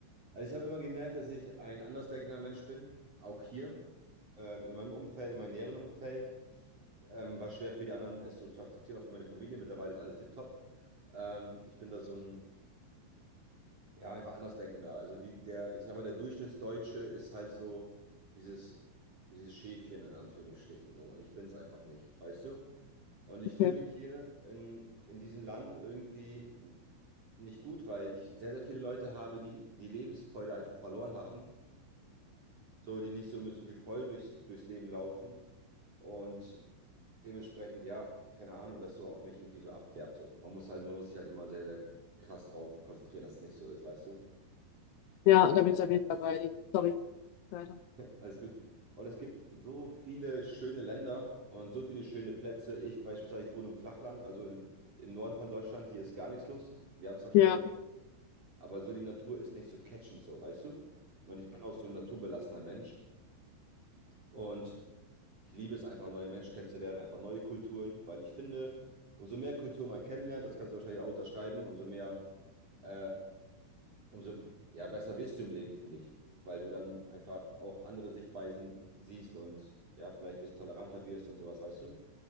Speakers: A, on the right; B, on the left.
A: Also ich habe immer gemerkt, dass ich ein andersdenkender Mensch bin, auch hier, ähm, in meinem Umfeld, in meinem näheren Umfeld. Ähm, war schwer für die anderen, es so zu akzeptieren, auch für meine Familie. Mittlerweile ist alles tipptopp. Ähm, ich bin da so ein, ja, einfach andersdenkender. Also die, der, ich sag mal, der Durchschnittsdeutsche ist halt so dieses, dieses Schäfchen in Anführungsstrichen so. Und ich bin es einfach nicht, weißt du? Und ich fühle
B: Okay.
A: mich hier in, in diesem Land irgendwie nicht gut, weil ich sehr, sehr viele Leute habe, die die Lebensfreude einfach verloren haben, so die nicht so mit so viel Freude durchs, durchs Leben laufen und dementsprechend, ja, keine Ahnung, das so auf mich irgendwie so abfärbt. So. Man muss halt, man muss sich halt immer sehr, sehr krass drauf konzentrieren, dass es nicht so ist, weißt du?
B: Ja,
A: Und
B: da bin ich auf
A: <laughs>
B: jeden Fall bei dir. Sorry. Weiter.
A: alles gut. Und es gibt so viele schöne Länder und so viele schöne Plätze. Ich beispielsweise, ich wohne im Flachland, also in, im Norden von Deutschland. Hier ist gar nichts los. Wir haben zwar schöne
B: Ja.
A: aber so die Natur ist nicht so catchend, so, weißt du? Und ich bin auch so ein naturbelassener Mensch und ich liebe es einfach, neue Menschen kennenzulernen, einfach neue Kulturen, weil ich finde, umso mehr Kultur man kennenlernt, das kannst du wahrscheinlich auch unterschreiben, umso mehr, äh, umso ja, besser wirst du im Leben, finde ich, weil du dann einfach auch andere Sichtweisen siehst und ja, vielleicht ein bisschen toleranter wirst und sowas, weißt du?